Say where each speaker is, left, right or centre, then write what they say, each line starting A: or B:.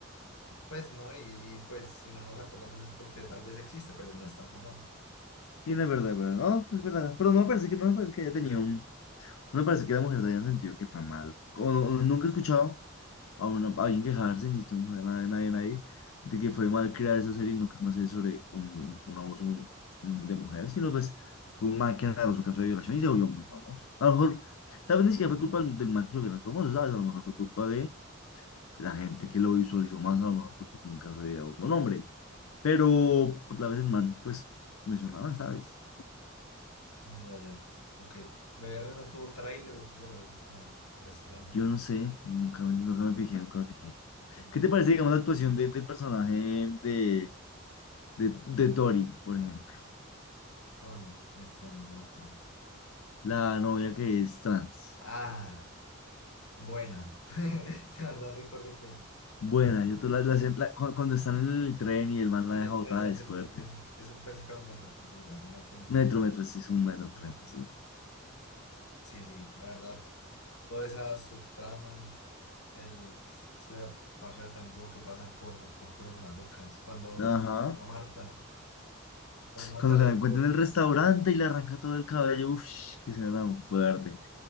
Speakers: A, on the left; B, on the left.
A: Pues no, y, y, pues si no nos acordamos es porque tal vez existe, pero no es tan famoso.
B: Sí, no es verdad, es verdad. No, es verdad. Pero no me parece que no me parece que haya tenido un no me parece que la mujer se haya sentido que fue mal. O no, no- nunca he escuchado a, una, a alguien quejarse ni que mujer nadie nadie nadie de que fue mal crear esa serie, no creo una serie sobre un, un abuso mm, de mujer, sino pues fue un man que narró su caso de violación y se volvió muy famoso. A lo mejor tal vez ni siquiera fue culpa del man que se volvió más famoso, ¿sabes? A lo mejor fue culpa de La gente que lo visualizó más a lo mejor porque fue un caso de abuso a un hombre. Pero pues la vez el man, pues mencionaba, ¿sabes?
A: Ya, ya, ok. BR no tuvo tráiler o cosas así, no, preestreno,
B: Yo no sé, nunca me, nunca me fijé, nunca me fijé.
A: ok.
B: ¿Qué te parece, digamos, la actuación de- del personaje de, de, de Tori, por ejemplo?
A: No, no, eso no me acuerdo.
B: La novia que es trans.
A: Ah, buena. <laughs> La verdad recuerdo que
B: Buena, yo te la, la- la- cu- cuando están en el tren y el man
A: en
B: la deja
A: el
B: botada
A: tren, la,
B: es fuerte.
A: es- eso pensé que era un metro, pero sí, la escena del tren.
B: Metro, metro, sí, es un metro,
A: Neto.
B: tren, sí.
A: Sí, sí, la verdad. Toda esa subtrama, el, es que esa parcera también tuvo que pasar por, por cosas malucas. Cuando
B: Ajá.
A: se encontró a Marta, cuando Marta
B: Cuando
A: le
B: se la encuentra
A: dijo,
B: en el restaurante y le arranca todo el cabello, uff, que será tan fuerte.